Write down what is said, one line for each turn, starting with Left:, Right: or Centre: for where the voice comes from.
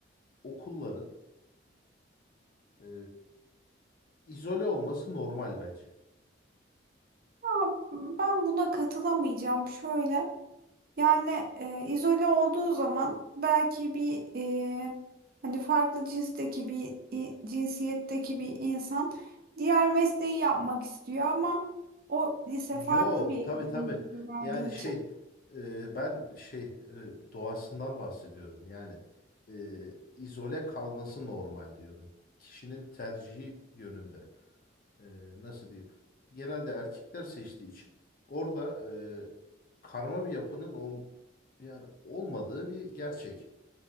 Left: okulların e, izole olması normal bence.
Right: Ama ben buna katılamayacağım şöyle. Yani e, izole olduğu zaman belki bir e, hani farklı cinsteki bir i- cinsiyetteki bir insan diğer mesleği yapmak istiyor ama o lise
Left: Yok,
Right: farklı bir eğitim
Left: tabii tabii.
Right: verdiği
Left: Yani şey
Right: için
Left: e, ben şey e, doğasından bahsediyorum. Yani e, izole kalması normal diyorum. Kişinin tercihi yönünde. e, nasıl diyeyim genelde erkekler seçtiği için orada e, karma bir yapının ol, yani olmadığı bir gerçek.